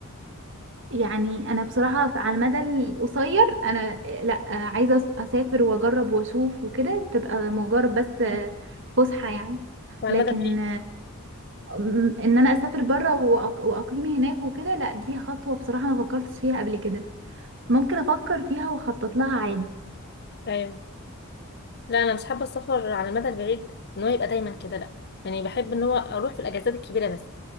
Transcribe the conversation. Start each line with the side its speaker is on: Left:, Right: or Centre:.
Right: يعني انا بصراحة ف- على المدى القصير انا لا عايزة أس- اسافر واجرب واشوف وكده تبقى مجرد بس فسحة يعني
Left: وعلى
Right: لكن
Left: المدى البعيد
Right: م- ان انا اسافر بره وأق- واقيم هناك وكده لا دي خطوة بصراحة ما فكرتش فيها قبل كده ممكن افكر فيها واخطط لها عادي
Left: ايوه لا انا مش حابه السفر على المدى البعيد ان هو يبقى دايما كده لا يعني بحب ان هو اروح في الاجازات الكبيره بس